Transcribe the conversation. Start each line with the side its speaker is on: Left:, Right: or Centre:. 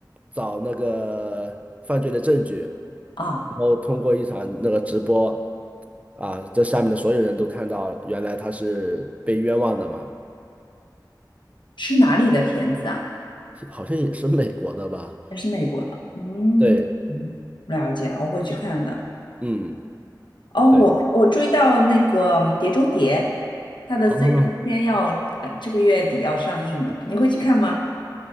Right: 找那个犯罪的证据，然后通过一场那个直播
Left: 啊，
Right: 啊，这下面的所有人都看到，原来他是被冤枉的嘛，
Left: 是哪里的片子啊？
Right: 好像也是美国的吧。
Left: 还是美国的？嗯，
Right: 对，
Left: 嗯了解，我会去看的。
Right: 嗯，
Left: 哦，
Right: 对，
Left: 我看我注意到那个《嗯碟中谍》，它的最终篇要，
Right: 哦，
Left: 呃这个月底要上映了，你会去看吗？